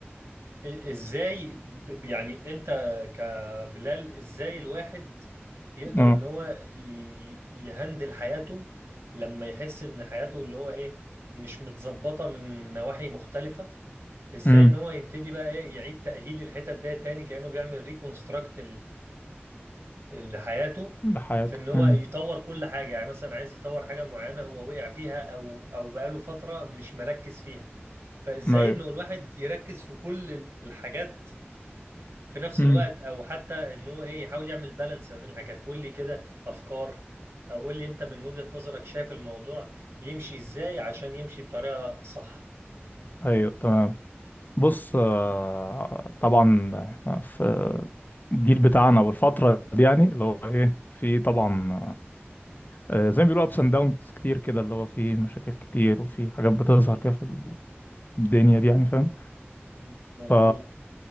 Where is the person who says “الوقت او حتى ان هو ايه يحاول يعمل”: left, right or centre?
Right